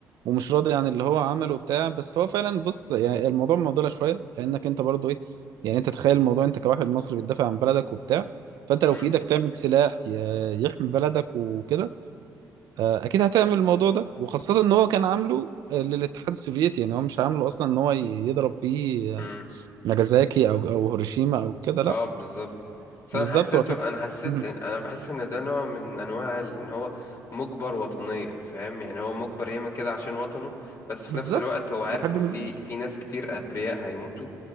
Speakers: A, on the right; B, on the left.
A: ومش راضي عن اللي هو عمله وبتاع بس هو فعلا بص يعني الموضوع معضله شويه لانك انت برضو ايه يعني انت تخيل الموضوع انت كواحد مصري بتدافع عن بلدك وبتاع فانت لو
B: امم
A: في ايدك تعمل سلاح ي- يحمي بلدك وكده آه، اكيد هتعمل الموضوع ده وخاصه ان هو كان عامله آه، للاتحاد السوفيتي يعني هو مش عامله اصلا ان هو ي- يضرب بيه
B: امم
A: ناجازاكي او او هيروشيما او كده لا
B: اه بالظبط بس
A: بالظبط
B: انا حسيته
A: هو كان
B: انا حسيت
A: مهم.
B: انا بحس ان ده نوع من انواع ال- ان هو مجبر وطنيا فاهم يعني هو مجبر يعمل كده عشان وطنه بس في
A: بالظبط
B: نفس الوقت هو عارف
A: لحد
B: ان
A: ما
B: في في ناس كتير ابرياء هيموتوا